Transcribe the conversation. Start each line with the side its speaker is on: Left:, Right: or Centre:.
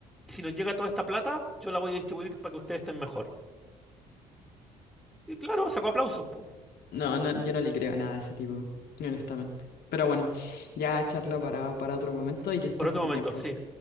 Centre: y si nos llega toda esta plata, yo la voy a distribuir para que ustedes estén mejor. Y claro, sacó aplausos, po.
Left: No, no, yo no le creo nada a ese tipo, honestamente. Pero bueno, ya charla para, para otro momento y que estés
Centre: Por otro
Left: muy
Centre: momento,
Left: bien, pues.
Centre: sí.